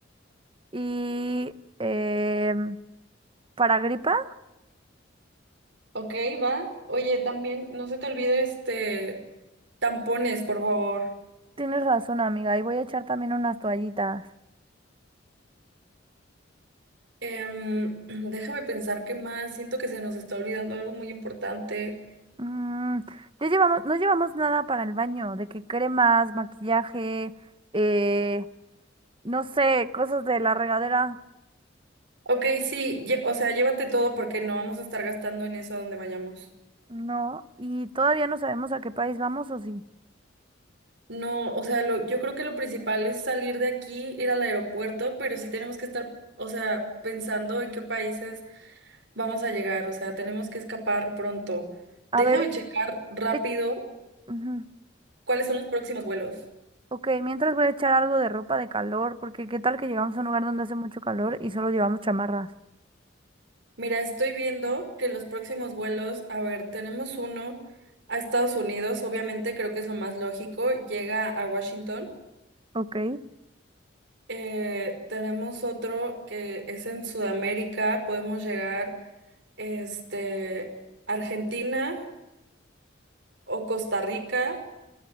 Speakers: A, on the right; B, on the right.
A: Y em, para gripa,
B: Ok, va. Oye, también, no se te olvide este tampones, por favor.
A: tienes razón, amiga. Y voy a echar también unas toallitas.
B: Em, <clears throat> déjame pensar qué más. Siento que se nos está olvidando algo muy importante.
A: Mm, ya llevamos, no llevamos nada para el baño, de que cremas, maquillaje, eh, no sé, cosas de la regadera,
B: Ok, sí, lle- o sea, llévate todo porque no vamos a estar gastando en eso a donde vayamos.
A: no, y todavía no sabemos a qué país vamos o sí.
B: No, o sea, lo, yo creo que lo principal es salir de aquí, ir al aeropuerto, pero sí tenemos que estar, o sea, pensando en qué países vamos a llegar, o sea, tenemos que escapar pronto. Déjame
A: A ver,
B: checar rápido
A: eh, ujú,
B: cuáles son los próximos vuelos.
A: Ok, mientras voy a echar algo de ropa de calor, porque qué tal que llegamos a un lugar donde hace mucho calor y solo llevamos chamarras,
B: Mira, estoy viendo que los próximos vuelos, a ver, tenemos uno a Estados Unidos, obviamente creo que es lo más lógico, llega a Washington.
A: ok.
B: Eh, tenemos otro que es en Sudamérica. Podemos llegar, este, Argentina o Costa Rica.